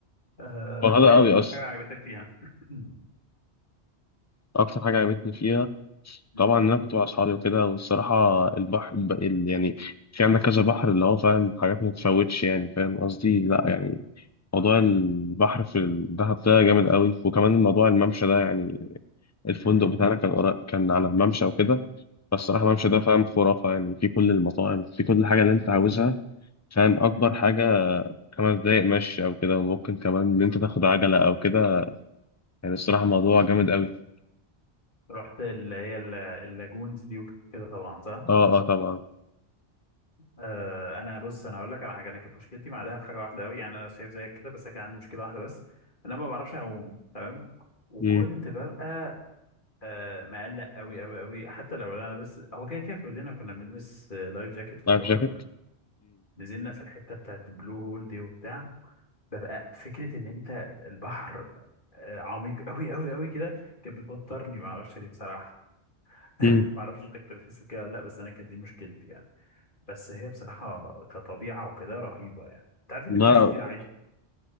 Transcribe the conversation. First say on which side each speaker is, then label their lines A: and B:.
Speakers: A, on the left (about 50°); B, on the left (about 20°).
A: آه
B: فرهده
A: طب ايه
B: قوي
A: أكتر
B: اصلا
A: حاجة عجبتك فيها؟ <clears throat> مم،
B: اكتر حاجه عجبتني فيها
A: مم،
B: طبعا إن انا كنت مع اصحابي وكده والصراحه البحر ب- ال- يعني في عندك كذا بحر اللي هو فاهم حاجات ما تتفوتش يعني فاهم قصدي لا يعني موضوع البحر في الدهب ده جامد قوي وكمان موضوع الممشى ده يعني الفندق
A: مم،
B: بتاعنا كان قرا- كان على ممشى وكده فالصراحه
A: مم،
B: الممشى ده فاهم خرافه يعني في كل المطاعم في كل حاجه اللي
A: مم،
B: انت عاوزها فاهم
A: مم،
B: اكبر حاجه خمس دقايق مشي او كده وممكن كمان ان
A: بالظبط
B: انت تاخد عجله او كده يعني الصراحه
A: مم.
B: موضوع جامد قوي
A: رحت اللي هي ال- اللاجونز دي وكده طبعا صح؟
B: اه اه طبعا
A: آه انا بص انا هقول لك على حاجة انا كانت مشكلتي مع دهب حاجة واحدة قوي يعني انا شايف زيك كده بس انا كان عندي مشكلة واحدة بس إن انا ما بعرفش اعوم تمام وكنت
B: امم
A: ببقى آه مقلق قوي قوي قوي حتى لو انا بس هو كده كده كلنا كنا بنلبس آه، لايف جاكيت في
B: لايف
A: اللي
B: جاكيت
A: هو ال- نزلنا في الحته بتاعت بلو هول دي وبتاع ببقى فكره ان انت البحر آه عميق قوي قوي قوي كده كانت بتوترني ما اعرفش ليه بصراحه <laughs>
B: مم.
A: ما اعرفش انت كنت بتحس بكده ولا لا بس انا كانت دي مشكلتي يعني بس هي بصراحه كطبيعه وكده رهيبه يعني انت عارف ان
B: لا
A: في ناس كتير عادي